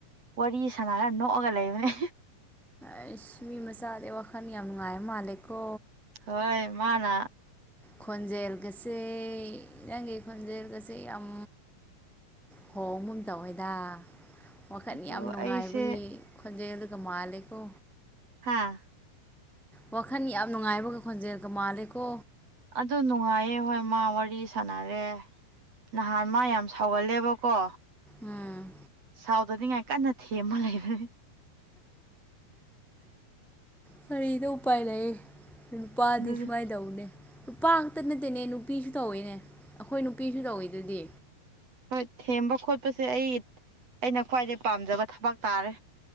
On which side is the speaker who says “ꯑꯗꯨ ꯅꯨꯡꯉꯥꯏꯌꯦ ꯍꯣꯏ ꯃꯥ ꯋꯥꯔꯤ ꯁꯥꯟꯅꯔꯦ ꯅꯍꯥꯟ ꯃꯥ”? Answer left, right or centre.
Right